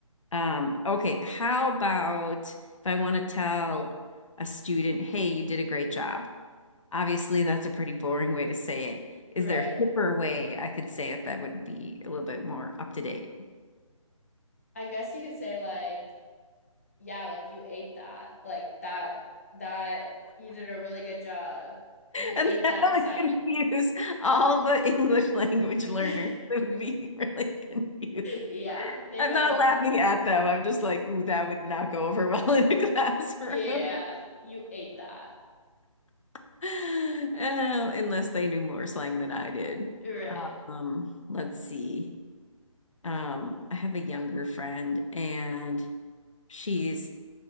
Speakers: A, on the left (about 65°); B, on the left (about 25°).
A: Um, okay, how about if I want to tell a student, hey, you did a great job? Obviously, that's a pretty boring way to say it. Is
B: right.
A: there a hipper way I could say it that would be a little bit more up to date? <laughs>
B: I guess you could say like, yeah, like you ate that. Like that that you did a really good job. You
A: And
B: ate
A: that
B: that
A: would
B: assignment.
A: <laughs> confuse all the English language learners.
B: <laughs>
A: They would be really confused.
B: Yeah, they
A: I'm
B: probably
A: not
B: wouldn't.
A: laughing at them. I'm just like, ooh, that would not go over well in a <laughs> classroom.
B: Yeah, you ate that.
A: <laughs> Uh, unless they knew more slang than I did.
B: Right.
A: Um, let's see. Um, I have a younger friend and she's